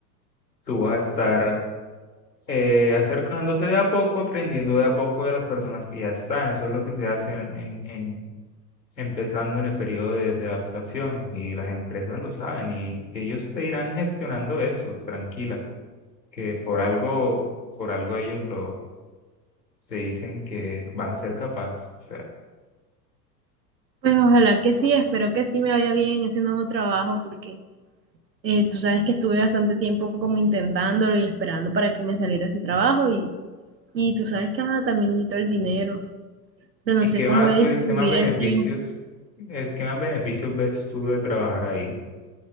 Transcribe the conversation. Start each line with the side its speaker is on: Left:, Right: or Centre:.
Left: tú vas a estar eh, acercándote de a poco, aprendiendo de a poco de las personas que ya están, eso es lo que se hace en, en, en- empezando en el periodo de, de adaptación y las empresas lo saben y ellos te irán gestionando eso, tranquila, que por algo, por algo ellos lo, te dicen que vas a ser capaz. o sea,
Right: Pues ojalá que sí, espero que sí me vaya bien en ese nuevo trabajo, porque eh, tú sabes que estuve bastante tiempo como intentándolo y esperando para que me saliera ese trabajo y, y tú sabes que ajá, también necesito el dinero, pero
Left: ¿Y
Right: no sé
Left: qué
Right: cómo
Left: más,
Right: voy a distribuir
Left: ve- qué más beneficios,
Right: el tiempo.
Left: eh, qué más beneficios ves tú de trabajar ahí